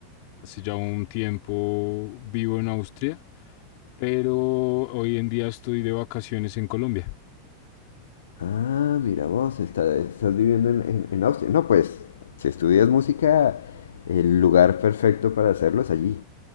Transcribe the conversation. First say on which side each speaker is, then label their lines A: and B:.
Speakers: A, on the left; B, on the left.
A: Hace ya un tiempo vivo en Austria, pero hoy en día estoy de vacaciones en Colombia.
B: Ah, mira vos, está- estás viviendo en, en- en Austria. No, pues, si estudias música, el lugar perfecto para hacerlo es allí.